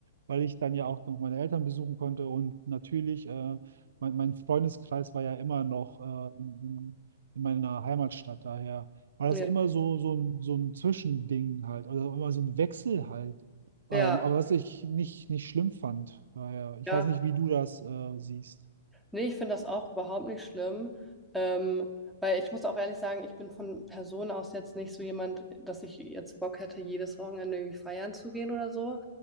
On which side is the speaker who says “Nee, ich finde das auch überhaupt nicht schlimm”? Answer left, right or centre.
Centre